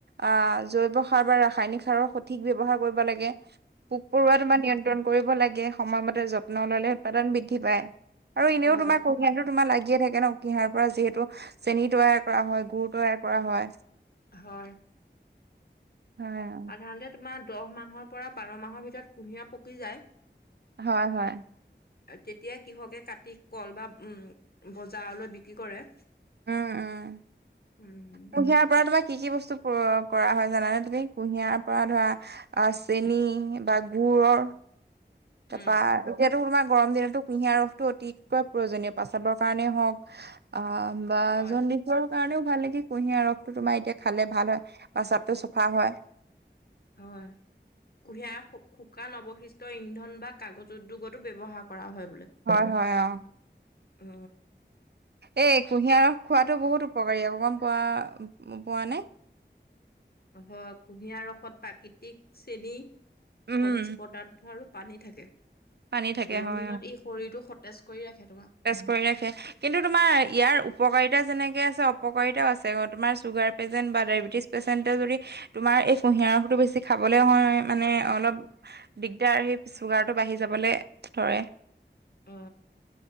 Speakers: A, on the right; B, on the left.
A: আহ জৈৱ সাৰ বা ৰাসায়নিক সাৰৰ সঠিক ব্যৱহাৰ কৰিব লাগে। পোক পৰুৱা তোমাৰ নিয়ন্ত্ৰণ কৰিব লাগে। সময়মতে যত্ন ললে উৎপাদন বৃদ্ধি পায়। আৰু এনেও
B: হয়
A: তোমাৰ কুহিয়াৰটো তোমাৰ লাগিয়ে থাকে ন। কুঁহিয়াৰ পৰা যিহেতু চেনি তৈয়াৰ কৰা হয় গুৰ তৈয়াৰ কৰা হয়
B: হয়
A: হয়
B: সাধাৰণতে তোমাৰ দহ মাহৰ পৰা বাৰ মাহৰ ভিতৰত কুঁহিয়াৰ পকি যায়
A: হয় হয়
B: তেতিয়াই কৃষকে কাটি কল বা উম বজাৰলৈ বিক্ৰী কৰে
A: উম উম
B: উম
A: কুঁহিয়াৰ পৰা তোমাক কি কি বস্তু ক কৰা হয় জানানে তুমি কুঁহিয়াৰ পৰা ধৰা আ চেনী বা গুৰৰ
B: উম
A: তাৰপা এতিয়াতো তোমাৰ গৰম দিনততো কুঁহিয়াৰ ৰসটো অতিকৈ প্ৰয়োজনীয় প্ৰস্ৰাবৰ কাৰণেই হওক অ বা
B: হয়
A: যত নি কৰ কাৰণেও ভাল নেকি কুঁহিয়াৰ ৰসটো তোমাৰ এতিয়া খালে ভাল হয় প্ৰস্ৰাৱটো চাফা হয়
B: হয় কুঁহিয়াৰ শুকান অৱশিষ্ট ইন্ধন বা কাগজ উদ্যোগতো ব্যৱহাৰ কৰা হয় বোলে
A: হয় হয় অ
B: অ
A: এই কুঁহিয়াৰ খোৱাতো বহুত উপকাৰী অকণমান পোৱা পোৱা নে
B: অ কুঁহিয়াৰ ৰসত প্ৰাকৃতিক চেনী
A: উম
B: খনিজ পদাৰ্থ আৰু পানী থাকে
A: পানী থাকে
B: গৰম
A: হয়
B: দিনত ই শৰীৰটো সতেজ কৰি ৰাখে তোমাৰ
A: সতেজ কৰি ৰাখে কিন্তু তোমাৰ ইয়াৰ উপকাৰিতা যেনেকে আছে অপকাৰিতাও আছে ক তোমাৰ চুগাৰ পেচেণ্ট বা ডায়েবেটিছ পেচেণ্টে যদি তোমাৰ এই কুঁহিয়াৰ ৰসটো বেছি খাবলে হয় মানে অলপ দিগদাৰ সেই চুগাৰটো বাঢ়ি যাবলৈ ধৰে
B: অ